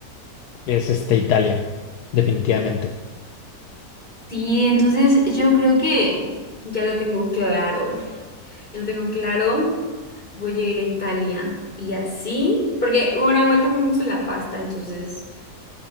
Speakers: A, on the left; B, on the left.
A: es este, Italia, definitivamente.
B: Sí, entonces yo creo que ya lo tengo claro. Ya lo tengo claro. Voy a ir a Italia y así, porque bueno, igual también me gusta la pasta, entonces.